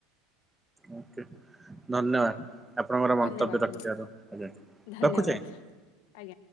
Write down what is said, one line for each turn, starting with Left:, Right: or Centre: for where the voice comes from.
Centre: ଓ ଧନ୍ୟବାଦ। ଆପଣଙ୍କର ମନ୍ତବ୍ୟ
Left: ଧନ୍ୟବାଦ
Centre: ରଖିଥିବାରୁ
Left: ଧନ୍ୟବାଦ
Centre: ରଖୁଛ।
Left: ଆଜ୍ଞା